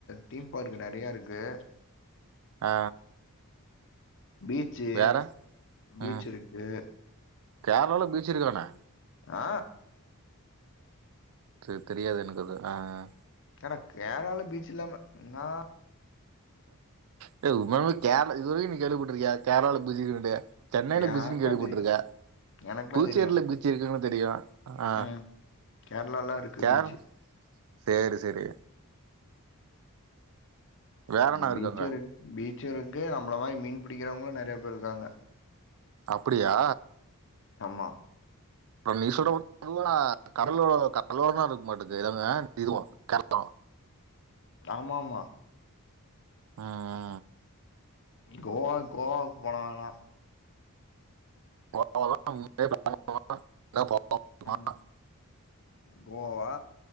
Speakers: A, on the left; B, on the right.
A: தீம் பார்க்கு நெறைய இருக்கு
B: ஆ
A: பீச் சீ
B: வேற
A: பீச்சிருக்கு
B: ம் கேரளால பீச் இருக்கானே
A: ஆ
B: சேர் தெரியாது எனக்கு அது ஆ ஆ
A: ஏன்டா கேரளாவ்ல பீச்சில்லாம இன்னாடா
B: டே உண்மையாலுமே கேரள இதுவரைக்கு நீ கேள்விப்பட்டுருக்கியா கேரளால பீச்சி இருக்குன்ட்டு சென்னையில
A: யாருக்கா
B: பீச்சினு கேள்விப்பட்டுருக்க
A: தெரியு எனக்குலா
B: புதுச்சேரில
A: தெரியு
B: பீச்சி இருக்குனு தெரியு ஆ
A: ம் கேரளாலா இருக்கு
B: கேர்
A: பீச்சு
B: சேரி செரி வேற என்ன
A: பீச்ச
B: இருக்கு அங்க
A: இரு பீச்ச இருக்கு நம்மள மாரி மீன் பிடிக்கிறவங்களு நறைய பேர் இருக்காங்க
B: அப்புடியா
A: ஆமா
B: அப்புறோ நீ சொல்றத பாத்த கடலோட கடலோடதா இருக்குமாட்ருக்கு இவங்க இதுவு கடலு
A: ஆமா ஆமா
B: ம் ம்
A: கோவா கோவாவுக்கு போனாங்னா
B: <unintelligible>
A: ம் கோவா